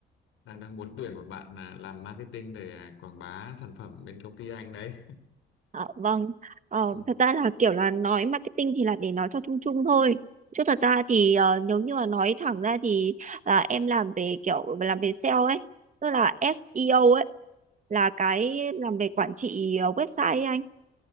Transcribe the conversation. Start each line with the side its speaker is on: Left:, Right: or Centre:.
Left: đang đang muốn tuyển một bạn à, làm marketing để à, quảng bá sản phẩm bên công ty anh đấy.
Right: Ờ, vâng, Ờ,
Left: <laughs>
Right: thật ra là kiểu là nói marketing thì là để nói cho chung chung thôi. Chứ thật ra thì ờ, nếu như mà nói thẳng ra thì là em làm về kiểu làm về sale ấy, tức là SEO ấy, là cái làm về quản trị ờ, website ấy anh.